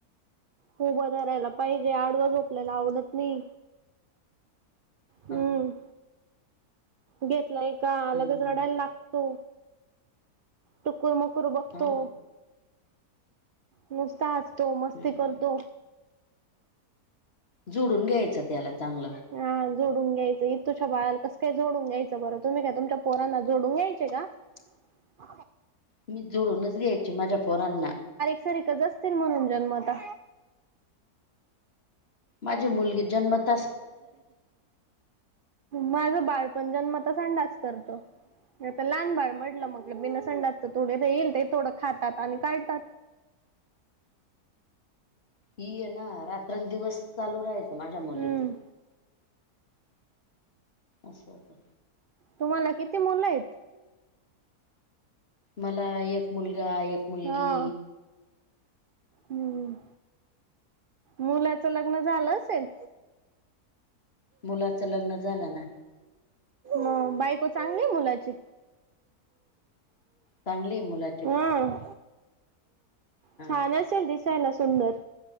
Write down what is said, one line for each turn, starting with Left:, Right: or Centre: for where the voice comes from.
Right: हुभ धारायला पाहिजे. आडव झो- - पलेलं आवडत नाही. हम्म.
Left: हा
Right: घेतली का लगेच
Left: हम्म
Right: रडायला लागतो. टुकुर मुकूर बघतो.
Left: हा
Right: नुसता हसतो. मस्ती
Left: हम्म
Right: करतो.
Left: झुडून घ्यायचं त्याला चांगलं.
Right: हा. जोडून घ्यायचं. इतुशा बाळाला कस काय जोडून घ्यायचं बरं. तुम्ही काय तुमच्या पोरांना झोडून घ्यायचे का? <inaudible>
Left: मी जोडूनच घ्यायची माझ्या पोरांना.
Right: सरी क जस्तील म्हणून जन्मता.
Left: माझी मुलगी जन्म --
Right: माझ बाळपण जन्मता संडास करत. आता लहान बाळ म्हटलं मग बीनासंडासच थोडी ना येईल ते थोडं खातात आणि काढतात.
Left: हीयेना रात्र अन दिवस चालू राहायचं माझ्या मुलीचा.
Right: हम्म
Left: असं होतं.
Right: तुम्हाला किती मुलं हाईत.
Left: मला एक मुलगा, एक मुलगी.
Right: हा हम्म. मुलाच लग्न झालं असेल?
Left: मुलाच लग्न झालं ना.
Right: म बायको चांगली हाय मुलाची?
Left: चांगली आहे मुला
Right: हम.
Left: हा
Right: छानच -- असेल दिसायला सुंदर